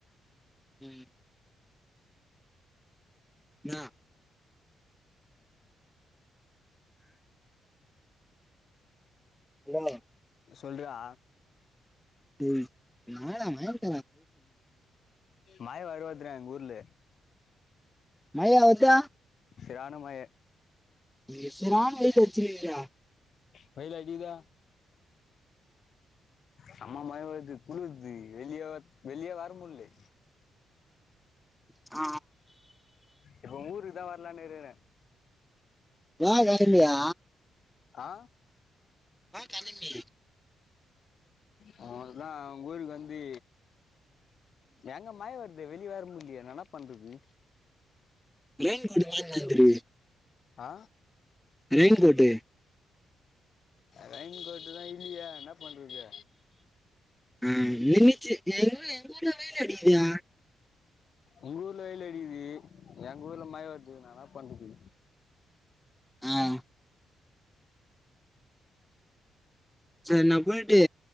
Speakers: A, in the centre; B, on the left.
A: ம் இன்னா என்னமா
B: சொல்றா
A: டே <unintelligible>
B: மழ வேற வருவதுடா எங்க ஊர்ல
A: மழ வந்துச்சா
B: செரியானா மழ
A: இங்க சுறா மீனு கச்சிருக்குதுடா
B: வயில அடிக்குது சம்ம மழ வருது குளிற்து வெளிய வெளிய வரமுல்ல
A: அ
B: எங்க ஊருக்கு தா வர்லான்னு இருக்கறே
A: எ வேல இல்லியா
B: அ
A: வா கிளம்பி
B: அவ்ளோ தா உங்க ஊருக்கு வந்து எங்க மழ வருது வெளிய வர முட்லியே நா இன்னா பண்றது
A: ரெயின் கோட்டு மாட்டினு வந்துரு
B: அ
A: ரெயின் கோட்டு
B: ரெயின் கோட்டு் தா இல்லியே இன்னா பண்றது
A: அ நின்னுச்சி எங்க எங்கூருல வெயில் அடிக்குதே
B: உங்க ஊர்ல வெயில் அடிக்குது எங்க ஊர்ல மழ வருது நா இன்னா பண்றது
A: ம் செரி நா போயிட்டு